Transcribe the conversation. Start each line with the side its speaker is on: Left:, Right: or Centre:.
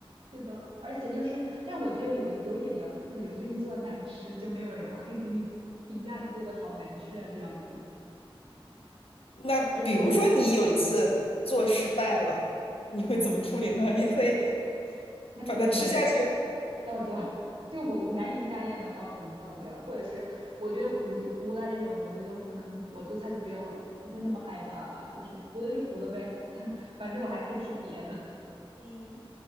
Right: 是的，而且就是，但我觉得有有一点比较自由，就你做的难吃，就没有人会给你评价你做的好难吃啊这样子，
Left: 那比如说你有一次做失败了，
Right: 而且。
Left: 你会怎么处理呢？
Right: 嗯，
Left: <laughs> 也会
Right: 那就只能
Left: 把它吃下去？
Right: 倒掉 <laughs> 就我我难以下咽的话，我只能倒掉或者是我觉得糊的糊了这种，我觉得可能我做菜就不要不会那么害怕吧，就是糊了就糊了呗，<laughs> 反正我还可以吃别的。
Left: 嗯，